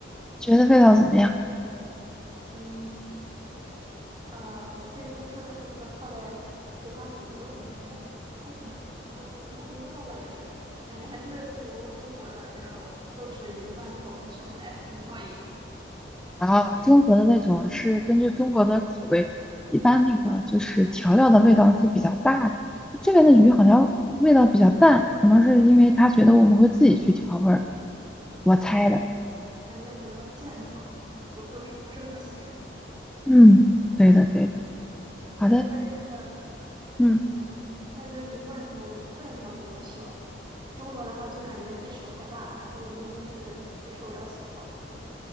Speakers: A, in the centre; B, on the right (about 25°).
A: 觉得味道怎么样？
B: 嗯呃，我最近吃的是那个泡在葵花籽油里面，感觉还行，嗯、无功无过吧，也是，感觉还是不如中国的那种豆豉鱼罐头吃起来更过瘾。
A: 啊，中国的那种是根据中国的口味，一般那个就是调料的味道是比较大的。就这边的鱼好像味道比较淡，可能是因为他觉得我们会自己去调味儿，我猜的。
B: 嗯，感觉比较健康，不不是不是那么咸，
A: 嗯，对的对的，好的，
B: 而且它这边的，
A: 嗯。
B: 嗯，它这边鱼罐头分量比较小，中国的话就感觉比手还大，然后那边就是比手要小。